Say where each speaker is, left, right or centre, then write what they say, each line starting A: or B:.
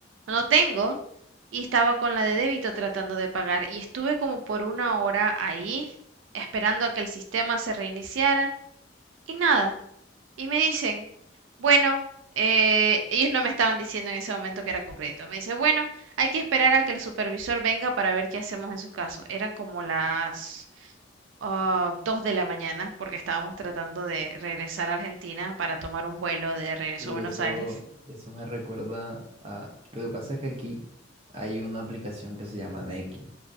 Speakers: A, on the right; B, on the right.
A: no tengo, y estaba con la de débito tratando de pagar y estuve como por una hora ahí esperando a que el sistema se reiniciara y nada, y me dicen, bueno, eh, ellos no me estaban diciendo en ese momento que era con crédito, me dice, bueno, hay que esperar a que el supervisor venga para ver qué hacemos en su caso, eran como las ah, dos de la mañana, porque estábamos tratando de regresar a Argentina para tomar un vuelo de regreso
B: Uy,
A: a Buenos
B: eso,
A: Aires.
B: eso me recuerda a... Lo que pasa es que aquí hay una aplicación que se llama Nequi.